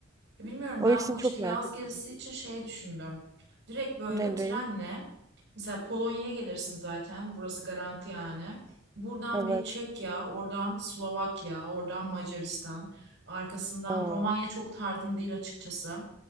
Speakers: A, on the right (about 65°); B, on the right (about 15°).
A: Ya bilmiyorum
B: O
A: ben
B: ikisini
A: bu işte
B: çok
A: yaz
B: merak ediyorum.
A: gezisi için şey düşündüm. Direkt böyle
B: Nereyi?
A: trenle mesela Polonya'ya gelirsin zaten. Burası garanti yani. Buradan
B: Evet.
A: bir Çekya, oradan Slovakya, oradan Macaristan, arkasından
B: Oo.
A: Romanya çok tarzım değil açıkçası.